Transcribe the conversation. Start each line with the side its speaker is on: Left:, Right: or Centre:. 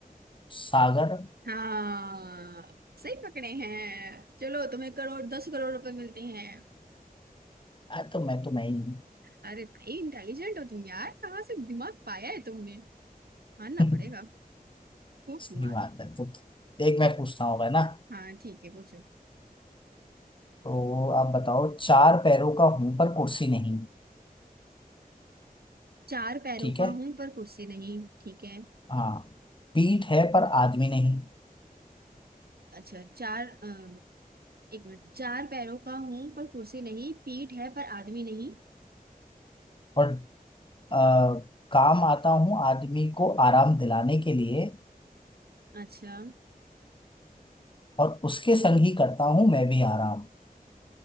Left: सागर
Right: हाँ सही पकड़े हैं चलो तुम्हें करोड़ दस करोड़ रुपए मिलते हैं
Left: आ, तो मैं तो मैं ही हूँ
Right: अरे भाई इंटेलिजेंट हो तुम यार कहाँ से दिमाग पाया है तुमने मानना
Left: <laughs>
Right: पड़ेगा खूब
Left: सही
Right: दिमाग
Left: बात
Right: है।
Left: है तो एक
Right: चल
Left: मैं पूछता हूँ भाई ना
Right: हाँ ठीक है पूछो
Left: तो आप बताओ चार पैरों का हूं पर कुर्सी नहीं
Right: चार पैरों
Left: ठीक
Right: का
Left: है
Right: हूं पर कुर्सी नहीं ठीक है
Left: हाँ पीठ है पर आदमी नहीं
Right: अच्छा चार अ, एक मिनट चार पैरों का हूं पर कुर्सी नहीं पीठ है पर आदमी नहीं
Left: और अ, काम आता हूँ आदमी को आराम दिलाने के लिए
Right: अच्छा
Left: और उसके संग ही करता हूँ मैं भी आराम